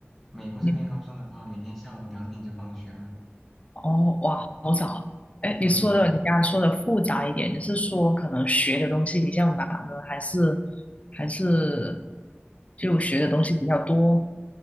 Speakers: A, in the centre; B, on the left.
A: 美国这边高中的话，
B: 你
A: 每天下午两点就放学了。
B: 哦，哇，好早。哎，
A: 嗯
B: 你说的，你刚刚说的复杂一点，你是说可能学的东西比较难呢，还是还是就学的东西比较多？
A: 嗯。